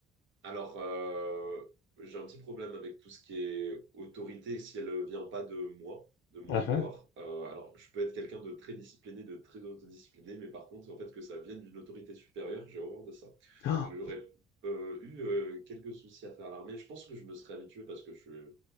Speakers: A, on the right (about 70°); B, on the left (about 80°).
A: Alors, euh, j'ai un petit problème avec tout ce qui est autorité si elle ne vient pas de moi, de mon
B: Ah,
A: vouloir.
B: ah.
A: Euh, alors, je peux être quelqu'un de très discipliné, de très autodiscipliné, mais par contre, en fait, que ça vienne d'une autorité supérieure, j'ai horreur de ça.
B: Ah,
A: Donc, j'aurais euh, eu euh, quelques soucis à faire à l'armée. Je pense que je me serais habitué parce que je,